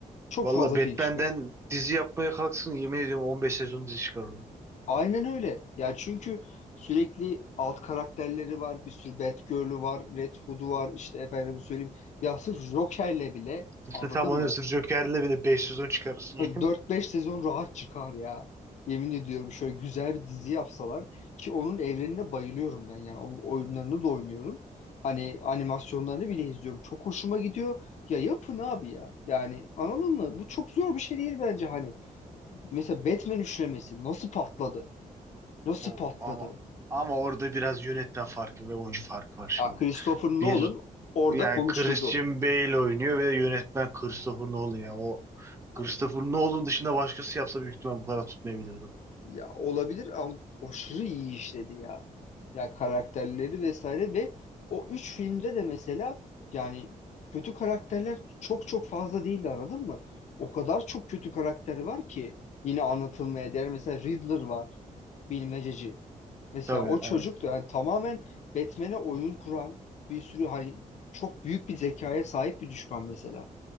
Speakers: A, on the left (about 55°); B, on the right (about 20°).
A: Çok
B: Valla
A: fazla
B: Batman'den
A: film çıkar.
B: dizi yapmaya kalksın yemin ediyorum 15 sezon dizi çıkar orada.
A: Aynen öyle. Ya çünkü sürekli alt karakterleri var. Bir sürü Batgirl'ü var. Red Hood'u var. işte efendim söyleyeyim. Ya sırf Joker'le bile
B: Tıpkı
A: anladın
B: tam onun
A: mı?
B: sırf Joker'le bile 5 sezon çıkarırsın yani.
A: dört
B: <laughs>
A: beş sezon rahat çıkar ya. Yemin ediyorum şöyle güzel bir dizi yapsalar ki onun evrenine bayılıyorum ben yani onun oyunlarını da oynuyorum. Hani animasyonlarını bile izliyorum. Çok hoşuma gidiyor. Ya yapın abi ya. Yani anladın mı? Bu çok zor bir şey değil bence hani. Mesela Batman üçlemesi nasıl patladı? Nasıl
B: Oo,
A: patladı?
B: ama ama orada biraz yönetmen farkı ve oyuncu farkı var
A: Ya
B: şimdi.
A: Christopher Nolan
B: Bir
A: orada
B: yani
A: konuşturdu.
B: Christian Bale oynuyor ve yönetmen Christopher Nolan ya. O
A: Hani
B: Christopher Nolan dışında başkası yapsa büyük ihtimal bu kadar tutmayabilirdi.
A: ya olabilir ama aşırı iyi işledi ya. Ya karakterleri vesaire ve o üç filmde de mesela yani kötü karakterler çok çok fazla değildi anladın mı? O kadar çok kötü karakter var ki yine anlatılmaya değer. Mesela Riddler var, bilmececi. Mesela
B: Tabii
A: o çocuk
B: aynen.
A: da yani tamamen Batman'e oyun kuran bir sürü hani çok büyük bir zekaya sahip bir düşman mesela.